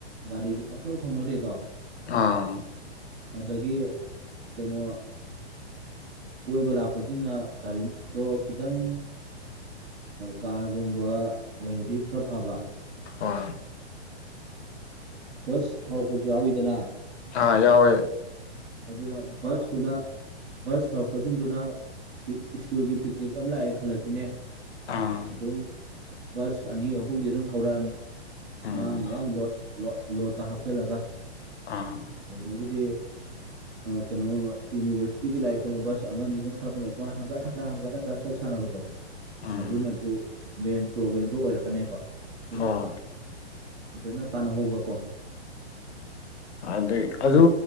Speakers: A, on the right; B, on the left.
A: ꯒꯥꯔꯤꯁꯦ ꯄꯪꯊꯧꯊꯧ ꯊꯧꯅꯔꯦꯗꯣ
B: ꯑꯥ
A: ꯑꯗꯒꯤ ꯀꯩꯅꯣ ꯀꯣꯏꯕ ꯂꯥꯛꯄꯁꯤꯡꯅ ꯒꯥꯔꯤꯗꯣ ꯈꯤꯇꯪ ꯀꯥꯔꯒꯨꯝꯕ ꯑꯣꯏꯔꯗꯤ ꯈꯔ ꯐꯕ
B: ꯍ
A: ꯕꯁ ꯊꯔꯛ ꯐꯥꯎꯁꯨ ꯌꯥꯎꯋꯤꯗꯅ
B: ꯍꯥꯥ ꯌꯥꯎꯋꯦ
A: ꯑꯗꯨꯅ ꯕꯁꯇꯨꯅ ꯕꯁ ꯊꯧꯔꯛꯄꯁꯤꯡꯗꯨꯅ ꯁ꯭ꯀꯨꯜꯒꯤ ꯄꯤꯛꯅꯤꯛ ꯑꯃ ꯂꯥꯛꯑꯦ ꯈꯜꯂꯁꯤꯅꯦ
B: ꯑꯥ
A: ꯑꯗꯨꯝ ꯕꯁ ꯑꯅꯤ ꯑꯍꯨꯝꯗꯤ ꯑꯗꯨꯝ ꯊꯧꯔꯛꯑꯅꯤ
B: ꯎꯝ
A: ꯑꯉꯥꯡ ꯃꯌꯥꯝꯣ ꯂꯣꯠꯇ ꯍꯥꯞꯆꯤꯜꯂꯒ
B: ꯑꯥ
A: ꯑꯗꯨꯗꯒꯤꯗꯤ ꯀꯩꯅꯣ ꯌꯨꯅꯤꯚꯔꯁꯤꯇꯤꯒꯤ ꯂꯥꯏꯔꯤ ꯈꯠꯂꯕ ꯕꯁ ꯑꯃꯅꯤ ꯑꯗꯨꯝ ꯊꯧꯛꯅꯤ ꯑꯗꯨꯃꯥꯏꯅ ꯍꯪꯒꯠ ꯍꯟꯊ ꯍꯒꯠ ꯍꯟꯊ ꯄꯠꯆꯠ ꯁꯥꯟꯅꯕꯗꯣ
B: ꯎꯝ
A: ꯑꯗꯨꯅꯁꯨ ꯃꯦꯟ ꯄ꯭ꯔꯣꯕ꯭ꯂꯦꯝꯗꯨꯣ ꯑꯣꯏꯔꯛꯀꯅꯦꯕ ꯑꯗꯨꯅ
B: ꯍꯣꯏ
A: ꯐꯖꯅ ꯇꯥꯟꯅꯍꯧꯕꯀꯣ
B: ꯑꯗꯒꯤ ꯑꯗꯨ